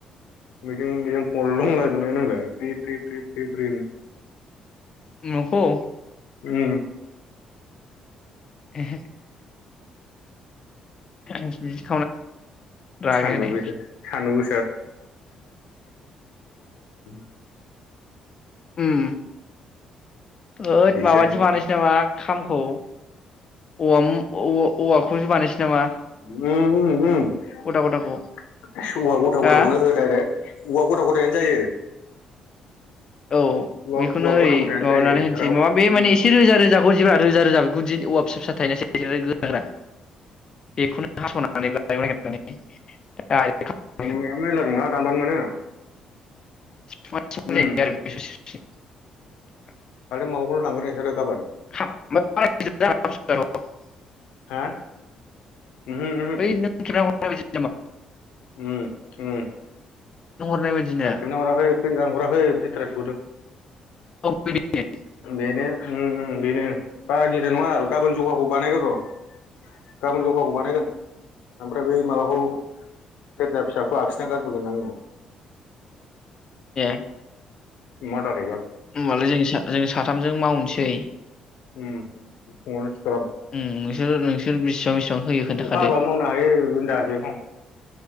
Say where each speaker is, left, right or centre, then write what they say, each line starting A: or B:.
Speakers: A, on the left; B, on the left.
A: <unintelligible> फ्रि फ्रि फ्रि फ्रि फ्रिनो
B: न'खौ?
A: उम।
B: <unintelligible> <unintelligible> रागायानो
A: सान्दुं गोसा सान्दुं गो <unintelligible>
B: उम। ओद
A: डिजाइन
B: माबानोसो बानायसै नामा? खामखौ औवा मु औवा औवाखौसो बानायसै नामा?
A: <unintelligible> सौवा
B: गदा गदाखौ
A: गथा
B: हा
A: गथाखौनो हो डाइरेक्ट औवा गथा गथायानो जायो।
B: औ
A: औवा
B: बेखौनो
A: औवा
B: ओरै
A: गथा गथायानो
B: माबानानै
A: जायो
B: होनसै
A: राव
B: माबा
A: उम
B: बे माने एसे रोजा रोजाखौ होनोसैबा रोजा रोजा गुदि औवा फिसा फिसा थायोना एसे गोरा गोरा बेखौनो हास'नानै <unintelligible> ए
A: औवाया मेरला दंना दानबानो मोनो।
B: <unintelligible>
A: उम
B: <unintelligible>
A: खालि माबाखौल' दानगोन इसोरो गाबोन।
B: <unintelligible>
A: हा उमहो उमहो
B: बै नों <unintelligible> <unintelligible>
A: उम उम।
B: नों हरनाय बायदि ना
A: आं खेबना हराखै आं हराखै फिथारासो हरदों।
B: <unintelligible>
A: बेनो उम उम बेनो। बारा गिदिर नङा आरो गाबोन जखाखौ बानायगोन र'। गाबोन जखाखौ बानायगोन ओमफ्राय बे माबाखौ सेरजा फिसाखौ आखिना गारबोगोन आंनो
B: एह
A: अमा आदार हैगोन
B: होमबालाय जों सा जों साथामजों मावनोसै
A: उम <unintelligible>
B: उम नोंसोर नोंसोर बेसिबां बिसेबां होयो खोनथाखादो
A: अखा हाबा मावनो हायो होनदासो बेखौ